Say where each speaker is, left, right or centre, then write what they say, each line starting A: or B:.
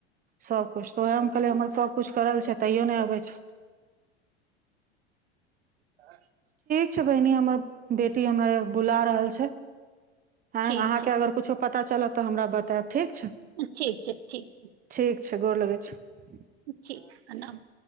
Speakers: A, on the right; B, on the right.
A: सबकुछ तऽ ओएह कले हमर सबकुछ करल छै तैयो नहि अबै छै
B: <inaudible>
A: ठीक छै बहिनी हमर बेटी हमरा बुला रहल छै हँ
B: ठीक
A: अहाँके
B: छै
A: अगर कुछो पता चलत तऽ हमरा बतायब ठीक छै
B: ठीक छै ठीक छै
A: ठीक गोर लगै छी
B: जी प्रणाम